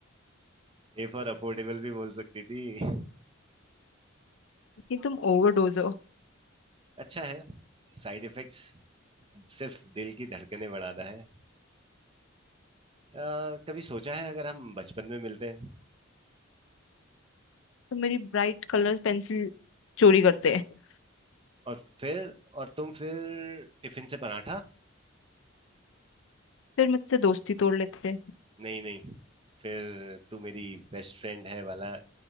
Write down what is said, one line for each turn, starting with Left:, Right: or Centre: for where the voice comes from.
Right: ए फॉर अफोर्डेबल भी बोल सकती थी <laughs>
Left: कि तुम ओवरडोज
Right: अच्छा है साइड इफेक्ट्स सिर्फ दिल की धड़कनें बढ़ाना है अ, कभी सोचा है अगर हम बचपन में मिलते हैं
Left: तो मेरी ब्राइट कलर्स पेंसिल चोरी करते हैं
Right: और फिर और तुम फिर टिफिन से पराठा
Left: फिर मुझसे दोस्ती तोड़ लेते हैं
Right: नहीं नहीं फिर तू मेरी बेस्ट फ्रेंड है वाला